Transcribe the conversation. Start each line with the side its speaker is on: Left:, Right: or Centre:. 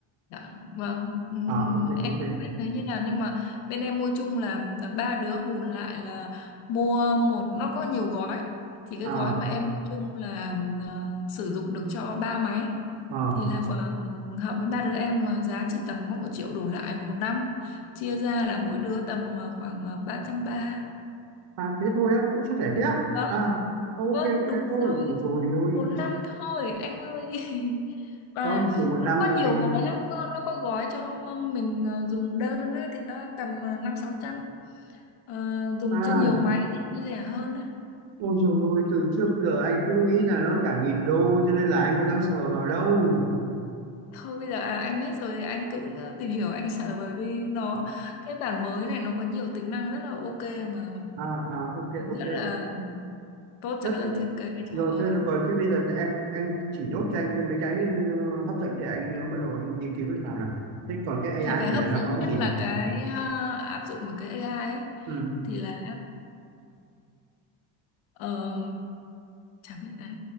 Left: Dạ, vâng, ừ,
Right: à
Left: ừ,
Right: ok
Left: em
Right: ok
Left: không biết là như nào nhưng mà bên em mua chung là, là ba đứa hùn lại là mua một nó có nhiều gói. Thì cái
Right: à
Left: gói mà em mua chung là ờ, sử dụng được cho ba máy
Right: à,
Left: thì là vừa hợp với ba đứa em mà giá chỉ tầm có một triệu đổ lại một năm chia ra là mỗi đứa tầm ờ, khoảng ờ, ba trăm ba
Right: à thế thôi á cũng chia sẻ thế á
Left: Vâng.
Right: à ok
Left: Vâng,
Right: ok
Left: đúng
Right: ôi
Left: rồi.
Right: rồi ôi
Left: Một năm thôi, anh ơi. <laughs> Và
Right: xong chỉ một
Left: nó
Right: năm
Left: có
Right: thì
Left: nhiều
Right: mình
Left: gói lắm, cơ. nó có gói cho m- mình ờ, dùng đơn á, thì nó tầm ờ, năm sáu trăm. Ờ, dùng
Right: à
Left: cho nhiều máy thì nó rẻ hơn á.
Right: Ôi dồi ôi, từ trước giờ anh cứ nghĩ là nó cả nghìn đô cho nên là anh có dám sờ vào đâu.
Left: Thôi bây giờ à, anh biết rồi thì anh cũng ờ, tìm hiểu anh sờ vào đi nó cái bản mới này nó có nhiều tính năng rất là ok mà
Right: À, à, ok, ok.
Left: rất là tốt cho
Right: Thế,
Left: cái dân thiết kế
Right: rồi,
Left: trời ơi
Right: thế rồi, còn thế bây giờ thì em em chỉ nốt cho anh thêm mấy cái ờ, hấp dẫn để anh ờ, bắt đầu anh nghiên cứu vào nào. Thế còn cái AI
Left: thì cái
Right: thì
Left: hấp
Right: là nó
Left: dẫn
Right: có cái
Left: nhất
Right: gì
Left: là
Right: nào?
Left: cái ờ, áp dụng vào cái AI ấy
Right: Ừ,
Left: thì là Ờ, chả biết là